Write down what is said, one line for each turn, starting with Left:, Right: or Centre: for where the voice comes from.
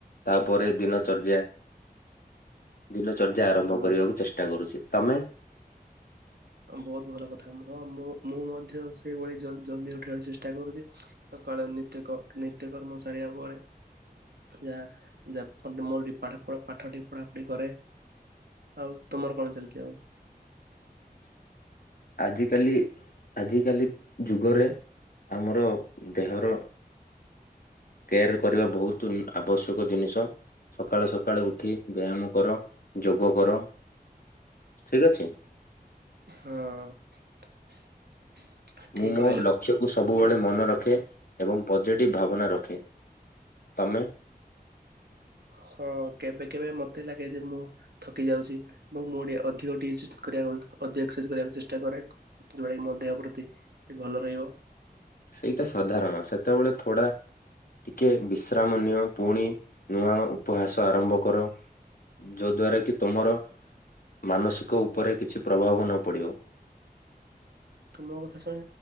Left: ତାପରେ ଦିନ ଚର୍ଯ୍ୟା
Right: <inaudible>
Left: ଦିନ ଚର୍ଯ୍ୟା ଆରମ୍ଭ
Right: ଓହୋ
Left: କରିବାକୁ ଚେଷ୍ଟା କରୁଛି ତମେ।
Right: ବହୁତ ଭଲ କଥା ହଁ ମୁଁ ମୁଁ ମଧ୍ୟ ସେଇଭଳି ଜଲଦି ଉଠେଇକୁ ଚେଷ୍ଟା କରୁଛି <unintelligible> ସକାଳେ ନିତ୍ୟ ନିତ୍ୟ କର୍ମ ସାରିବା ପରେ ଯା ଯା ମୋର ଟି ପାଠଟି ପଢ଼ାପଢ଼ି କରେ। ଆଉ ତମର କଣ ଚାଲିଛି ଆଉ
Left: ଆଜିିକାଲି ଆଜିିକାଲି ଯୁଗରେ ଆମର ଦେହର କେୟାର କରିବା ବହୁତ ଆବଶ୍ୟକ ଜିନିଷ। ସକାଳୁ ସକାଳୁ ଉଠି ବ୍ୟାୟାମ କର ଯୋଗ କର ଠିକ ଅଛି।
Right: ହଁ ଠିକ
Left: ମୁଁ ମୋ
Right: କହିଲ
Left: ଲକ୍ଷ୍ୟକୁ ସବୁବେଳେ ମନ ରଖେ ଏବଂ ପଜିଟିଭ ଭାବନା ରଖେ। ତମେ?
Right: ହଁ କେବେ କେବେ ମତେ ଲାଗେ ଯେ ମୁଁ ଥକି ଯାଉଛି ଏବଂ ମୁଁ ଟିକେ ଅଧିକ ଏସୁଟ ଟିକେକୁ ଅଧିକ ଏସ୍କରସାଇଜ କରିବାକୁ ଚେଷ୍ଟା କରେ। ଯୋଉଟା କି ମୋ ଦେହ ପ୍ରତି ଭଲ ରହିବ।
Left: ସେଇଟା ସାଧାରଣ ସେତେବେଳେ ଥୋଡା ଟିକେ ବିଶ୍ରାମ ନିଅ ପୁଣି ନୂଆ ଉପହାସ ଆରମ୍ଭ କର। ଯୋଉ ଦ୍ଵାରା କି ତମର ମାନସିକ ଉପରେ କିଛି ପ୍ରଭାବ ନ ପଡିବ।
Right: ତୁମ କଥା ଶୁଣି